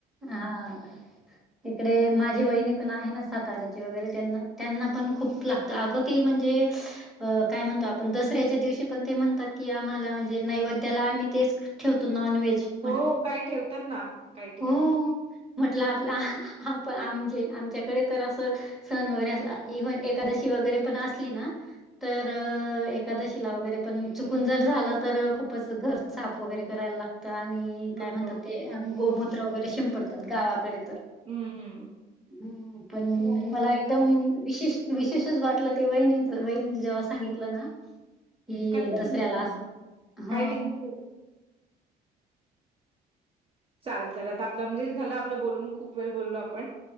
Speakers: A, in the centre; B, on the right.
A: हा. तिकडे माझी वहिणी पण आहे ना साताऱ्याची वगैरे त्यांना, त्यांना पण खूप ला. अगं ते म्हणजे अ काय म्हणतो आपण दसऱ्याच्या दिवशी पण ते म्हणतात की, आम्हाला म्हणजे, नैवेद्याला आम्ही तेच ठेव तू नॉनव्हेज. म्हण
B: हो, काही ठेवतात ना, काही ठिकाणी.
A: हो म्हटलं आपलं आप आमजे आमच्याकडे तर असं. सण वगैरे अस इव्हन एकादशी वगैरे पण असली ना. तर, एकादशीला वगैरे पण चुकून जर झालं तर खूपच घर साफ वगैरे करायला लागत. त आणि
B: हो,
A: काय म्हणतात,
B: हो.
A: ते
B: हं,
A: गोमूत्र वगैरे शिंपडतात गावाकडे तर.
B: हं, हं.
A: ह पण
B: हो.
A: मला एकदम भी विशेष, विशेषच वाटलं ते वहिणींच वहिणी जेव्हा सांगितलं ना. कि
B: करतात
A: दसऱ्यालास
B: ना काही.
A: हो.
B: काही ठिकाणी करतात. चालेल चालेल आता आपलं म्हणजे झालं आपलं बोलून खूप वेळ बोललो आपण.